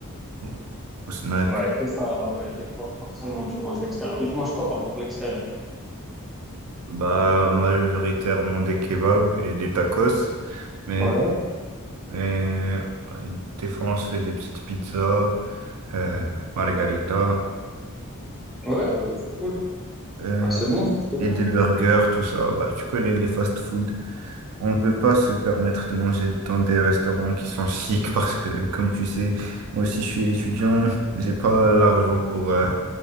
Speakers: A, on the right; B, in the centre.
A: au au snack.
B: Ouais, c'est ça, ouais, des fois, forcément, tu manges l'extérieur. Mais tu manges quoi, par exemple, l'extérieur?
A: Bah, majoritairement des kebabs et des tacos. Mais
B: Ouais,
A: euh, des fois, on se fait des petites pizzas, euh, margarita.
B: Ouais, c'est cool.
A: euh,
B: Ah, c'est bon, c'est
A: et
B: bien.
A: des burgers, tout ça. Bah, tu connais les fast-food. On ne peut pas se permettre de manger dans des restaurants qui sont chics parce que, comme tu sais, moi aussi je suis étudiant, j'ai pas l'argent pour, euh,